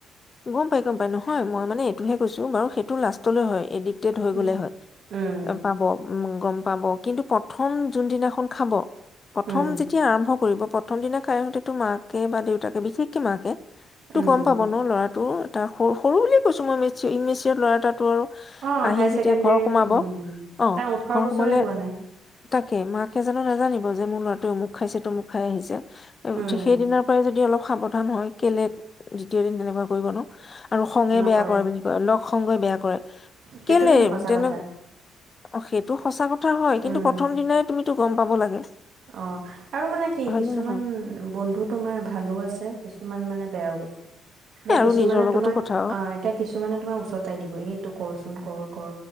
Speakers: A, on the left; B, on the right.
A: গম পাই গম পাই নহয় মই মানে সটোহে কৈছো বাৰু সেইটো লাষ্টলৈ হয় এদ হৈ
B: উম,
A: গলে হয়
B: উম,
A: এ পাব উ গম পাব কিন্তু প্ৰথম যোনদিনাখন খাব প্ৰথম
B: উম,
A: যেতিয়া আৰম্ভ কৰিব প্ৰথম দিনা খাই আহোতেতো মাকে বা দেউতাকে বিশেষকে মাক <unintelligible> কে তো
B: উম।
A: গম পাব ন ল'ৰাটো তাক সৰু সৰু বুলিয়ে কৈছো মই <unintelligible> মিছ ল'ৰা এটো আৰু
B: অ',
A: আহি
B: হাই
A: যেতিয়া
B: ছেকেণ্ডৰী
A: ঘৰ সোমাব
B: উম,
A: অ
B: তাৰ ওঠৰ
A: ঘৰ
B: বছৰে
A: সোমালে
B: হোৱা নাই।
A: তাক তাকে মাকে জানো নাজানিব যে মোৰ ল'ৰাটোৱে আমোক খাইছে তো মোক খাই আহিছে িক
B: উম,
A: সেই দিনাৰ পৰাই যদি অলপ সাৱধান হয়। কেলে দ্বিতীয় দিন তেনেকুৱা কৰিব ন। আৰু খঙে
B: নকৰে।
A: বেয়া কৰে বুলি কয় ন? সংগই বেয়া কৰে।
B: সেইটো
A: কেলেই,
B: কিন্তু সঁচা
A: তেনে
B: কথা।
A: অ', সেইটো সঁচা ক কথা হয়, কিন্তু
B: উম,
A: প্ৰথম দিনাই তুমিতো গম পাব লাগে।
B: অ' আৰু মানে কি
A: হয়
B: কিছুমান
A: নে নহয়
B: বন্ধু তোমাৰ ভালো আছে কিছু কিছুমান মানে বেয়াও আছে। এতিয়া
A: এ আৰু
B: কিছুমানে
A: নিজৰ লগতো
B: তোমাক,
A: কথা
B: অ', এতিয়া কিছুমানে তোমাক উচতাই দিব এই এইটো কৰচোন। কৰ-কৰ,